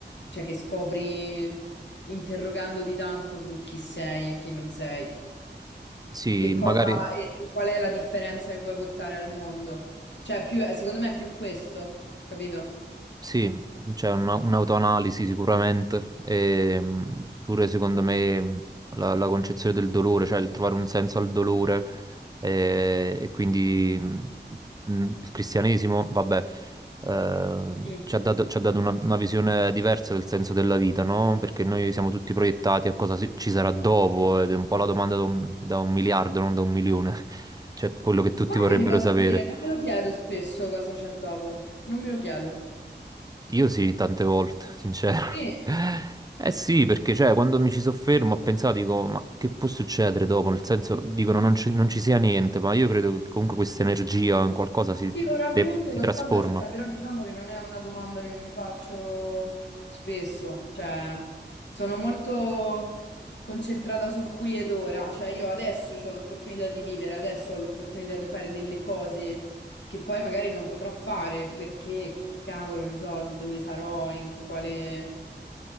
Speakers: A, on the left; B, on the right.
A: cioè che scopri interrogandoti tanto su chi sei e chi non sei.
B: sì,
A: E, cosa,
B: magari
A: e, e qual è la differenza che vuoi portare al mondo? Cioè, più, secondo me è più questo, capito?
B: Sì, c'è una- un'autoanalisi sicuramente, e mh, pure secondo me mh, la, la concezione del dolore, cioè il trovare un senso al dolore eh, e, quindi mh, mh, il cristianesimo, vabbè, eh,
A: Mm.
B: ci ha dato, ci ha dato una, una visione diversa del senso della vita, no? Perché noi siamo tutti proiettati a cosa si- ci sarà dopo ed è un po' la domanda da un, da un miliardo, non da un milione, <laughs> cioè quello che tutti
A: Ma
B: vorrebbero
A: io ti posso
B: sapere.
A: dire, non me lo chiedo spesso cosa c'è dopo, non me lo chiedo.
B: Io sì, tante volte, sincero.
A: Sì.
B: Eh sì, perché cioè, quando mi ci soffermo ho pensato, dico, ma che può succedere dopo? Nel senso, dicono non, ci non ci sia niente, ma io credo che comunque questa energia in qualcosa si,
A: Sì, probabilmente
B: de- si
A: qualcosa
B: trasforma.
A: c'è, però diciamo che non è una domanda che mi faccio spesso, cioè sono molto concentrata sul qui ed ora, cioè io adesso ho l'opportunità di vivere, adesso ho l'opportunità di fare delle cose che poi magari non potrò fare perché chi cavolo ne so di dove sarò, in quale